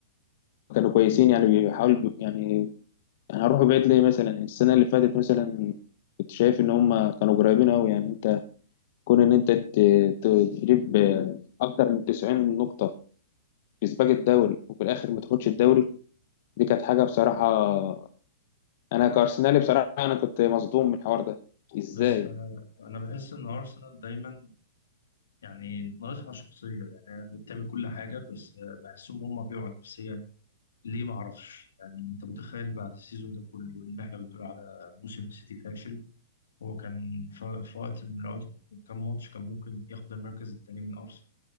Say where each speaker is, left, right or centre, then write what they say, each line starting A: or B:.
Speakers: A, on the left (about 50°); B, on the left (about 70°).
A: كانوا كويسين يعني بيحاولوا يعني يعني هروح بعيد ليه مثلا يعني السنه اللي فاتت مثلا كنت شايف ان هم كانوا قريبين قوي يعني انت كون ان انت ت- ت- تجيب اكتر من 90 نقطه في سباق الدوري وفي الاخر ما تاخدش الدوري دي كانت حاجه بصراحه انا كارسنالي بصراحه انا كنت مصدوم من الحوار ده ازاي
B: بس آه، انا بحس ان ارسنال دايما يعني ناقصها شخصيه يعني هي بتعمل كل حاجه بس آه، بحسهم هم بيقعوا نفسيا ليه ما اعرفش يعني انت متخيل بعد السيزون ده كله ان احنا بنقول على موسم سيتي فاشل هو كان ف- في وقت من الوقت من كام ماتش كان ممكن ياخد المركز الثاني من ارسنال